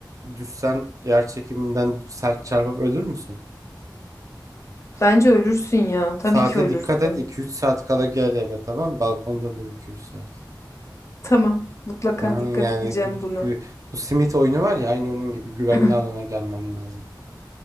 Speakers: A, on the right (about 45°); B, on the left (about 40°).
A: Düşsen yer çekiminden sert çarpıp ölür müsün?
B: Bence ölürsün ya. Tabii
A: Saate
B: ki ölürsün.
A: dikkat et iki üç saat kala gel eve tamam mı? Balkonda dur iki üç saat.
B: Tamam. Mutlaka
A: Aha,
B: dikkat
A: yani
B: edeceğim
A: gü-
B: buna.
A: gü- bu simit oyunu var ya aynı onun gibi güvenli
B: <clears throat>
A: alana gelmen lazım.